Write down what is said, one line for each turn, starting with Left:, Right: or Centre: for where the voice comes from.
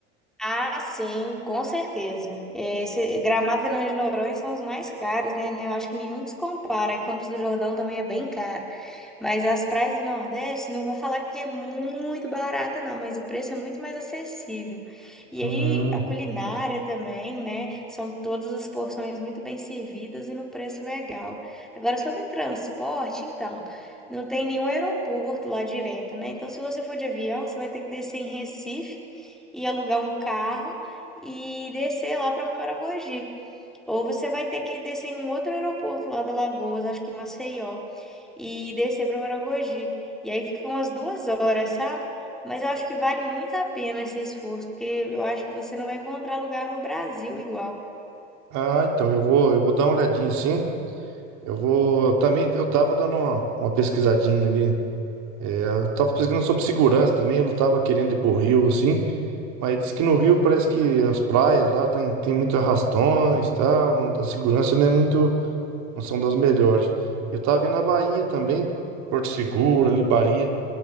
Centre: ah, sim, com certeza. Esse Gramado e Fernando de Noronha são os mais caros, né? Eu acho que nenhum se compara. Campos do Jordão também é bem caro. Mas as praias do Nordeste, não vou falar que é muito barata, não, mas o preço é muito mais acessível. E
Right: Hum.
Centre: aí, a culinária também, né? São todas as porções muito bem servidas e num preço legal. Agora, sobre o transporte, então. Não tem nenhum aeroporto lá direto, né? Então, se você for de avião, você vai ter que descer em Recife e alugar um carro e descer lá para Maragogi. Ou você vai ter que descer em um outro aeroporto lá da Lagoas, acho que Maceió, e descer para Maragogi. E aí fica umas duas horas, sabe? Mas eu acho que vale muito a pena esse esforço, porque eu acho que você não vai encontrar lugar no Brasil igual.
Right: Ah, então eu vou, eu vou dar uma olhadinha sim. Eu vou. Também eu tava dando uma, uma pesquisadinha ali. Eu tava pesquisando sobre segurança também. Eu não tava querendo ir pro Rio, assim. Mas diz que no Rio parece que as praias lá tem, tem muito arrastões e tal. Não, a segurança não é muito. Não são das melhores. Eu tava vendo a Bahia também. Porto Seguro, ali, Bahia.